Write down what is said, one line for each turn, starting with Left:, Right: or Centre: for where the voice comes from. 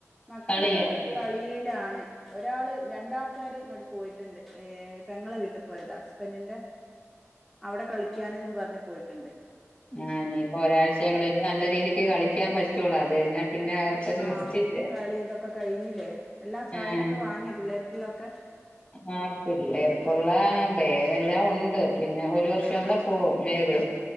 Centre: മക്കളൊക്കെ
Left: കളിയായിരിക്കും
Centre: കളിയിലാണ് ഒരാള് രണ്ടാൾക്കാര് ഇങ്ങോട്ട് പോയിട്ടുണ്ട് പെങ്ങളെ വീട്ടിൽ പോയതാ ഹസ്ബൻറിന്റെ അവിടെ കളിക്കാനെന്നും പറഞ്ഞ് പോയിട്ടുണ്ട്
Left: ആ ഇനിയിപ്പോ ഒരാഴ്ചകൂടെ നല്ല രീതിക്ക് കളി ളിക്കാൻ പറ്റുള്ളൂ അത് കഴിഞ്ഞാ പിന്നെ അവർക്കൊരു
Centre: ആ
Left: റെസ്റ്റ് ഇല്ല
Centre: കളി ഇതൊക്കെ കഴിഞ്ഞില്ലേ എല്ലാം സാധനമൊക്കെ
Left: ആഹ്
Centre: വാങ്ങിയ പിള്ളേർക്ക് പിള്ളേർക്ക്
Left: ആ പിള്ളേർ പുള്ളേ ബേഗല്ലാവുണ്ട് ഉണ്ട് പിന്നെ ഒരു വർഷം കൂടെ പോകും ബേഗ്